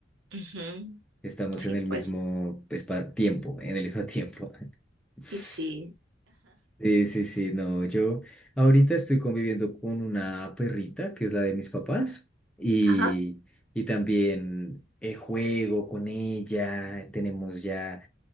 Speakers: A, on the right; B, in the centre.
A: Ujú,
B: Estamos
A: Sí,
B: en el mismo
A: pues,
B: espa- tiempo, en el mismo tiempo. <laughs>
A: y sí.
B: Sí, sí, sí, no, yo ahorita estoy conviviendo con una perrita que es la de mis papás y,
A: Ajá.
B: y también eh, juego con ella, tenemos ya